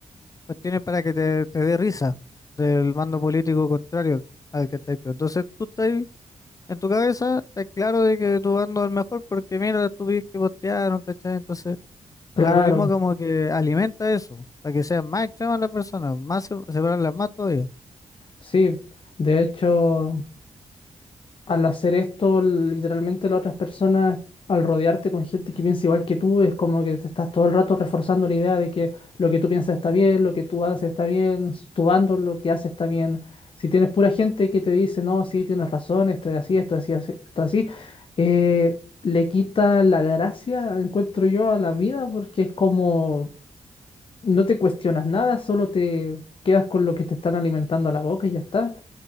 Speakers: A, on the left; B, on the left.
A: cuestiones para que te, te dé risa del bando político contrario al que estás tú. Entonces tú estás en tu cabeza, estás claro de que tu bando es el mejor porque mira las estupidez que postearon, ¿cachai? Entonces
B: claro,
A: el algoritmo como que alimenta eso, para que sean más extremas las personas, más se- separarlas más todavía.
B: sí. De hecho. al hacer esto, literalmente las otras personas, al rodearte con gente que piensa igual que tú, es como que te estás todo el rato reforzando la idea de que lo que tú piensas está bien, lo que tú haces está bien, s- tu bando lo que hace está bien. Si tienes pura gente que te dice, no, sí, tienes razón, esto es así, esto es así, así- esto es así, eh, le quita la gracia, encuentro yo, a la vida porque es como no te cuestionas nada, solo te quedas con lo que te están alimentando a la boca y ya está.